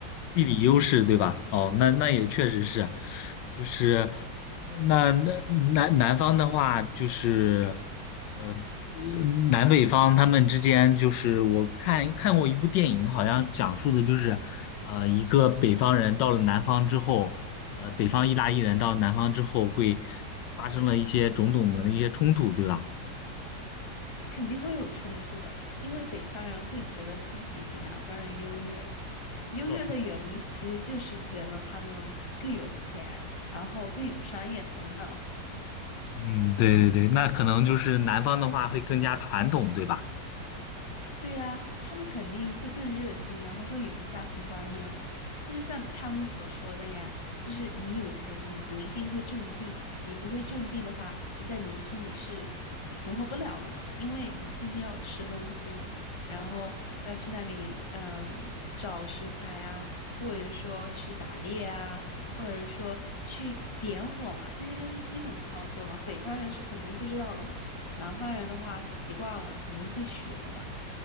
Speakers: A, on the left (about 85°); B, on the left (about 20°).
A: 地理优势，对吧？哦，那那也确实是，就是那那南南方的话，就是呃呃南北方他们之间，就是我看看过一部电影，好像讲述的就是呃一个北方人到了南方之后，呃北方意大利人到了南方之后会发生了一些种种的那些冲突，对吧？
B: 肯定会有冲突的，因为北方人会觉得自己比南方人优越，优越的原因其实就是觉得他们更有钱，
A: 到
B: 然后更有商业头脑。
A: 嗯，对对对，那可能就是南方的话会更加传统，对吧？
B: 对呀，他们肯定会更热心，然后更有家庭观念嘛。但是像他们所说的呀，就是你有钱，你不一定会种地，你不会种地的话，你在农村你是存活不了的嘛，因为你毕竟要吃东西嘛，然后要去那里嗯找食材啊，或者说去打猎啊，或者说去点火嘛，这些都是基本操作嘛，北方人是肯定不知道的嘛，南方人的话习惯了肯定会学的嘛。